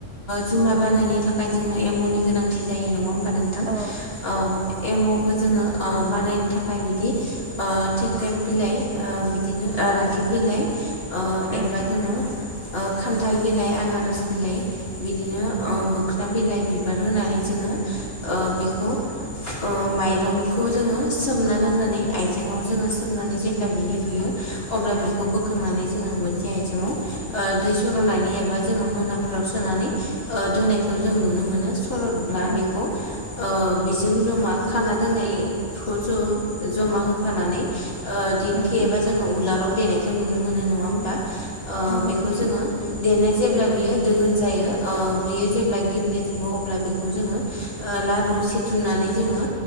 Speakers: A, on the left; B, on the right.
A: जुमाय बानायनायनि थाखाय जोङो एम नि गोनांथि जायो नङा होमबा नोंथां?
B: औ
A: औ। एमावखौ जोङो बानायनो थाखाय बिदि थेख्रेब बिलाइ ओ बिदिनो ओ राखेब बिलाइ
B: उम
A: एबा जोङो ओ खान्थाल बिलाइ आनारस बिलाइ बिदिनो ओ
B: उम
A: मोखना बिलाइ बिबार होनानै जोङो ओ बेखौ ओ माइरंखौ जोङो सोमनानै दोननानै आयजेंआव जोङो सोमनानै जेब्ला बेयो रुयो अब्ला बेखौ बोखांनानै जोङो मोनसे आयजेंआव ओ दै सर'नानै एबा जोङो मनाफोराव सोनानै ओ दोननायखौ जों नुनो मोनो सरदब्ला
B: उम
A: बेखौ ओ बेजों जमा खाना दोननायखौ जों जमा होफानानै ओ दिंखि
B: उम
A: एबा जोङो उलाराव देनायखौ नुनो मोननाय नङा? ओ
B: नंगौ
A: बेखौ
B: नोंथां
A: जोङो देनाय जायो। जेब्ला बियो दोगोन जायो ओ बेयो जेब्ला गेब्लेजोबो अब्ला बेखौ जोङो लारु सिथुमनानै जोङो